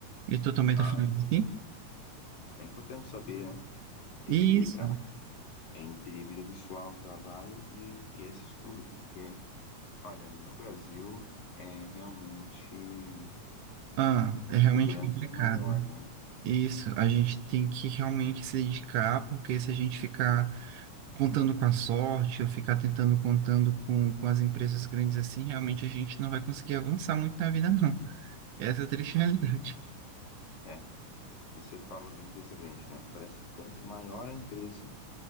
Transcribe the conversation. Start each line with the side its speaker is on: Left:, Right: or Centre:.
Right: E tu também
Left: Ah,
Right: tá falando
Left: é, impor-
Right: assim?
Left: é importante saber, né? Equilibrar
Right: Isso.
Left: entre vida pessoal, trabalho e, e esse estudo, porque Olha, no Brasil é realmente uma
Right: Ah, é realmente
Left: segurança
Right: complicado.
Left: maior, né?
Right: Isso, a gente tem que realmente se dedicar, porque se a gente ficar contando com a sorte ou ficar tentando contando com, com as empresas grandes assim, realmente a gente não vai conseguir avançar muito na vida, não. Essa é a triste
Left: Então,
Right: <laughs> realidade.
Left: é. E você fala da empresa grande, né? Parece que quanto maior a empresa,